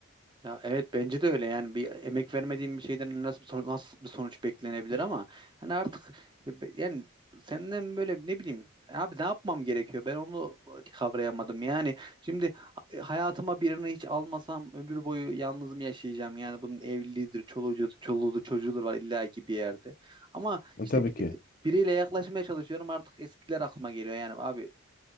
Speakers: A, on the right (about 20°); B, on the left (about 45°).
A: Ya evet bence de öyle yani bir emek vermediğim bir şeyden nasıl bir sonuç, nasıl bir sonuç beklenebilir ama hani artık be- be- yani senden böyle ne bileyim abi ne yapmam gerekiyor ben onu kavrayamadım yani şimdi ha- hayatıma birini hiç almasam ömür boyu yalnız mı yaşayacağım yani bunun evliliğidir çoluğudur çoluğudur çocuğudur var illa ki bir yerde ama
B: E,
A: işte
B: tabii ki.
A: biriyle yaklaşmaya çalışıyorum artık eskiler aklıma geliyor yani abi